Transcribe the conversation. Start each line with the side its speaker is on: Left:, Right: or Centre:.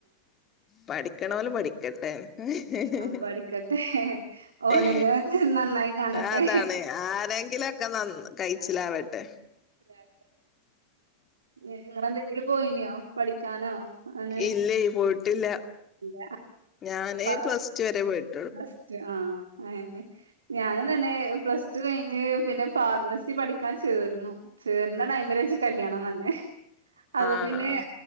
Left: പഠിക്കണോല് പഠിക്കട്ടെ ഹ് ഹ്
Right: അപ്പൊ
Left: ഹ്
Right: പഠിക്കട്ടെ ഓലെങ്കിലും
Left: ഹീ
Right: നന്നായി കാണട്ടെ
Left: അതാണ് ആര ങ്കിലൊക്കെ നന്നാ കഴിച്ചിലാവട്ടെ
Right: ആ, <inaudible> ഇങ്ങളെന്തെങ്കിലും പോയിനിയോ പഠിക്കാനോ അങ്ങനെ
Left: ഇല്ലേയ് പോയിട്ടില്ല
Right: ഇല്ല.
Left: ഞാന്
Right: പ
Left: പ്ലസ്ടു വരെ പോയിട്ട്
Right: പ്ലസ്ടു ആ അയന്നെ ഞാനും തന്നെ പ്ലസ് ടു കയി പിന്നെ ഫാർമസി പഠിക്കാൻ ചേർന്നു ചേർന്ന ടൈമില് ച്ച് കല്യാണം വന്നേ <inaudible> അപ്പ
Left: ആഹ്
Right: പിന്നെ